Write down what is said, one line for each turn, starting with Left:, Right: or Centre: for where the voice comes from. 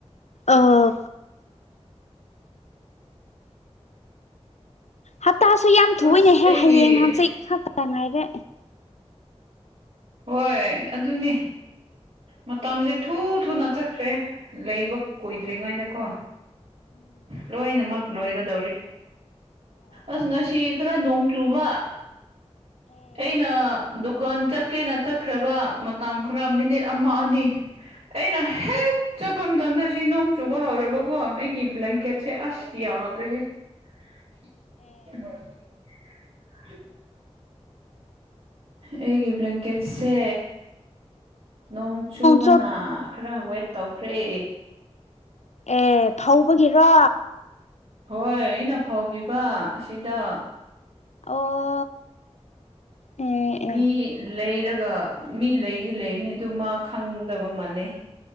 Left: ꯑꯥ ꯍꯞꯇꯥꯁꯨ ꯌꯥꯝ
Right: ꯑꯁ
Left: ꯊꯨꯋꯦꯅꯦꯍꯦ
Right: ꯑꯩꯒꯤ
Left: ꯍꯌꯦꯡ ꯍꯪꯆꯤꯛ ꯈꯛꯇ ꯉꯥꯏꯔꯦ
Right: ꯍꯣꯏ ꯑꯗꯨꯅꯦ ꯃꯇꯝꯖꯦ ꯊꯨ ꯊꯨꯅ ꯆꯛꯈ꯭ꯔꯦ ꯂꯩꯕ ꯀꯨꯏꯗ꯭ꯔꯤꯉꯩꯗꯀꯣ ꯂꯣꯏꯅꯃꯛ ꯂꯣꯏꯒꯗꯧꯔꯤ ꯑꯁ ꯉꯁꯤꯛ ꯈꯔ ꯅꯣꯡ ꯆꯨꯕ ꯑꯩꯅ ꯗꯨꯀꯥꯟ ꯆꯠꯀꯦꯅ ꯆꯠꯈ꯭ꯔꯕ ꯃꯇꯝ ꯈꯔ ꯃꯤꯅꯤꯠ ꯑꯃ ꯑꯅꯤ ꯑꯩꯅ ꯍꯦꯛ ꯆꯠꯄ ꯃꯇꯝꯗ ꯁꯤ ꯅꯣꯡ ꯆꯨꯕ ꯍꯧꯔꯕꯀꯣ ꯑꯩꯛ ꯀꯤ ꯕ꯭ꯂꯦꯡꯀꯦꯠꯁꯦ ꯑꯁ ꯌꯥꯗ꯭ꯔꯦꯍꯦ <unintelligible> ꯑꯩꯒꯤ ꯕ꯭ꯂꯦꯡꯀꯦꯠꯁꯦ ꯅꯣꯡ ꯆꯨꯕꯅ
Left: ꯆꯣꯠ
Right: ꯈꯔ ꯋꯦꯠ ꯇꯧꯈ꯭ꯔꯦ
Left: ꯑꯦ ꯐꯧꯕꯒꯤꯔꯣ
Right: ꯍꯣꯏ ꯑꯩꯅ ꯐꯧꯕꯤꯕ ꯑꯁꯤꯗ
Left: ꯑꯣ ꯑꯦ
Right: ꯃꯤ
Left: ꯑꯦ
Right: ꯂꯩꯔꯒ ꯃꯤ ꯂꯩꯗꯤ ꯂꯩꯕꯅꯤ ꯇꯨ ꯃꯥ ꯈꯪꯗꯕ ꯃꯥꯜꯂꯦ